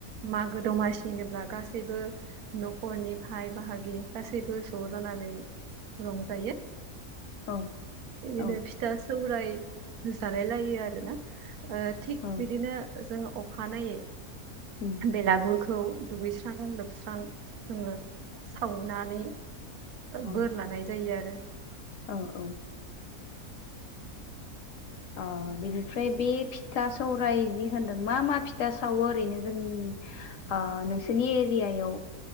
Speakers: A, on the right; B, on the left.
A: मागो दमासि होनोब्ला गासैबो न'खरनि बाइ बाहागि गासैबो ज' जानानै रंजायो।
B: औ
A: इदिनो
B: औ
A: फिथा सौराय जालाय लायो आरोना ओ थिग
B: औ
A: बिदिनो जों अखानायै
B: उम
A: बेलागुरखौ दुगैस्रां लोबस्रां जोङो सावनानै
B: औ
A: बोर लानाय जायो आरो
B: औ औ अ बिनिफ्राय बे फिथा सौराय जि होनदों मा मा फिथा सावो ओरैनो जों आ नोंसोरनि एरियायाव